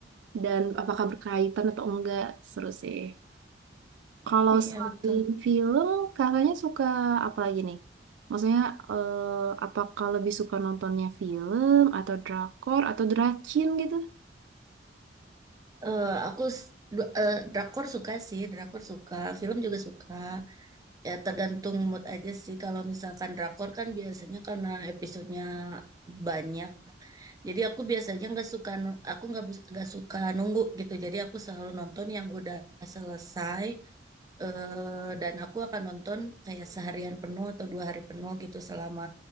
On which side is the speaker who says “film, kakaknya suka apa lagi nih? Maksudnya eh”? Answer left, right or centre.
Right